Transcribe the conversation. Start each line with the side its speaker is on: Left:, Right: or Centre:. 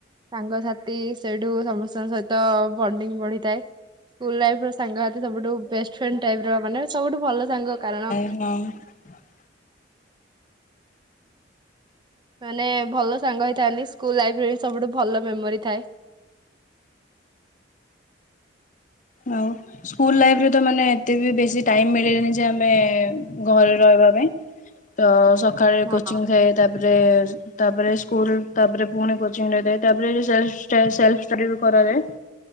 Right: ସାଙ୍ଗସଥି ସେଇଠୁ ସମସ୍ତଙ୍କ ସହିତ ବଣ୍ଡିଙ୍ଗ ବଢିଥାଏ ସ୍କୁଲ ଲାଇଫର ସାଙ୍ଗସାଥି ସବୁଠୁ ବେଷ୍ଟ୍ ଫ୍ରେଣ୍ଡ ଟାଇପର ମାନେ ସବୁଠୁ ଭଲ ସାଙ୍ଗ କାରଣ
Left: ନାଇ।
Right: ମାନେ ଭଲ ସାଙ୍ଗ ହେଇଥାନ୍ତି ସ୍କୁଲ ଲାଇଫରେ ବି ସବୁଠୁ ଭଲ ମେମୋରି ଥାଏ।
Left: ଆଉ ସ୍କୁଲ ଲାଇରେ ତ ମାନେ ଏତେ ବି ବେଶି ଟାଇମ ମିଳେନି ଯେ ଆମେ ଘରେ ରହିବା ପାଇଁ ତ ସକାଳେ
Right: ହଁ
Left: କୋଚିଂ ଥାଏ ତାପରେ ତାପରେ ସ୍କୁଲ ତାପରେ ପୁଣି କୋଚିଂ ରହିଥାଏ ତାପରେ ସେଲ୍ଫ ସେଲ୍ଫ ଷ୍ଟଡିବି କରାଯାଏ।